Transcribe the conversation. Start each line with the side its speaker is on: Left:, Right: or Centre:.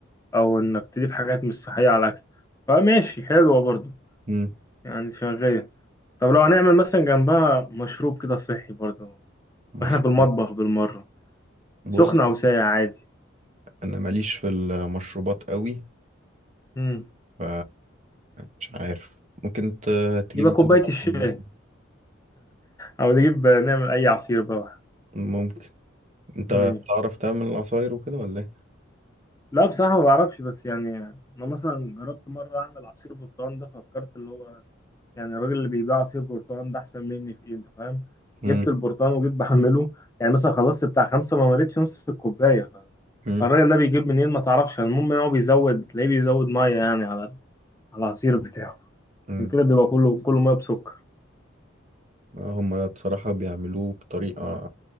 Left: او انك تضيف حاجات مش صحيه على الاكل فماشي حلوه برضو
Right: مم.
Left: يعني شغاله طب لو هنعمل مثلا جنبها مشروب كده صحي برضو
Right: مشروب
Left: واحنا في المطبخ بالمره
Right: بص
Left: سخن او ساقع عادي
Right: أنا ماليش في المشروبات قوي
Left: امم
Right: ف مش عارف ممكن ت- تجيب
Left: يبقى
Right: جنب
Left: كوبايه
Right: عصير
Left: الشاي
Right: مثلا
Left: او نجيب نعمل اي عصير بقى
Right: ممكن انت
Left: ماشي
Right: بتعرف تعمل العصاير وكده ولا ايه
Left: لا بصراحه ما بعرفش بس يعني انا مثلا جربت مره اعمل عصير برتقال ده فكرت اللي هو يعني الراجل اللي بيبيع عصير برتقال ده احسن مني في ايه انت فاهم
Right: مم.
Left: جبت البرتقال وجيت بعمله يعني مثلا خلصت بتاع خمسه ما مليتش نص الكوبايه
Right: مم.
Left: الراجل ده بيجيب منين ما تعرفش يعني المهم ان هو بيزود تلاقيه بيزود ميه يعني على على العصير بتاعه
Right: مم.
Left: عشان كده بيبقى كله كله ميه بسكر
Right: هما بصراحة بيعملوه بطريقة